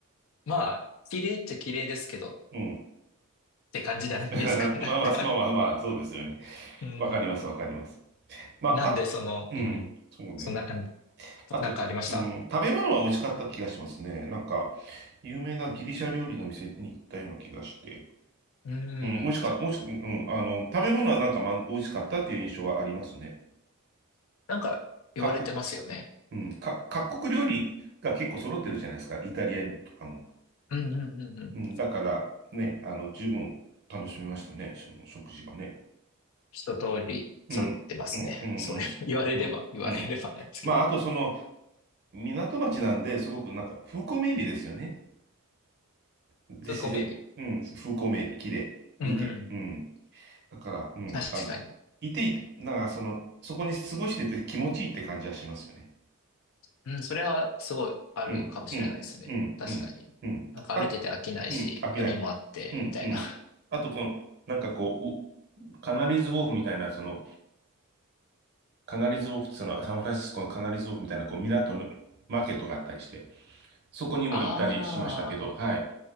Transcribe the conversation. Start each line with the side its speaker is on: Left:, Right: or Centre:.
Left: まあ、綺麗っちゃ綺麗ですけどっ
Right: うん。
Left: て感じじゃないですか、
Right: <laughs> まあまあ、
Left: なんか。
Right: まあまあ、まあ、そうですよね。
Left: うん。
Right: わかります、わかります。まあ、
Left: なんで、
Right: あ、
Left: その、
Right: うん、
Left: うん。
Right: そうね。
Left: そんな感じ。
Right: あと、
Left: なんかありました
Right: うん、食べ物は美味しかった気がしますね。なんか、有名なギリシャ料理の店に行ったような気がして、
Left: うん。
Right: うん、美味しかった、美味しく、うん、あの、食べ物はなんか、ま、美味しかったっていう印象はありますね。
Left: なんか言われてますよね。
Right: 各国、うん、か、各国料理が結構揃ってるじゃないですか、イタリアとかも。
Left: うんうんうんうん。
Right: うん、だから、ね、あの、十分楽しみましたね、その食事はね。
Left: 一通り揃ってますね。
Right: うん、うん、うん、
Left: そう <laughs> 言われれば、
Right: うん、うん、
Left: 言われればなんですけど。
Right: うん。まあ、あとその、港町なんで、すごくなんか、風光明媚ですよね。で、
Left: そう、
Right: 自然、
Left: コメビ。
Right: うん、風光明媚、綺麗、
Left: うんうん。
Right: 風景。うんだから、うん、
Left: 確かに。
Right: あの、いていて、なんかその、そこに過ごしてて気持ちいいって感じはしますよね。
Left: うん、それはすごいあるかもしれないですね。
Right: うん、うん、うん、
Left: 確かに。
Right: うん、うん。
Left: なんか歩いてて飽きないし、
Right: あ、うん、飽きない。
Left: 海もあって、
Right: うん、
Left: みたいな。
Right: うん。
Left: <laughs>
Right: あと、この、なんかこう、うカナリーズウォーフみたいな、その、カナリーズウォーフってその、サンフランシスコのカナリーズウォーフみたいな、こう、港のマーケットがあったりして、そこにも行ったりしましたけど、
Left: ああ、
Right: はい。